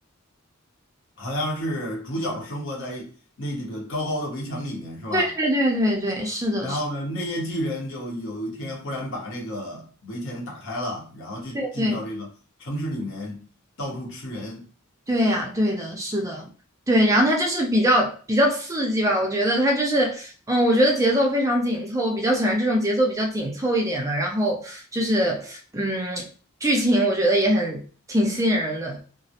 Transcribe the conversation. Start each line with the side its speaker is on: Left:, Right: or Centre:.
Left: 好像是主角生活在那这个高高的围墙里面，是吧？
Right: 对对对对对，是的，
Left: 然后呢，
Right: 是
Left: 那些巨人就有一天忽然把这个围墙打开了，然后就进到这个城市里面到处吃人。
Right: 的，对。对呀，对的，是的，对。然后它就是比较比较刺激吧，我觉得它就是，嗯，我觉得节奏非常紧凑，我比较喜欢这种节奏比较紧凑一点的。然后就是，嗯，剧情我觉得也很挺吸引人的。